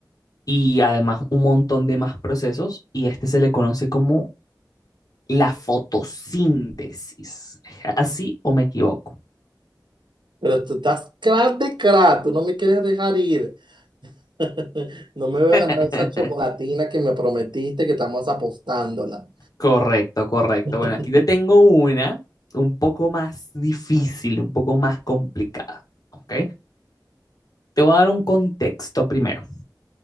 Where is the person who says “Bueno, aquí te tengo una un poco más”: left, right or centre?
Left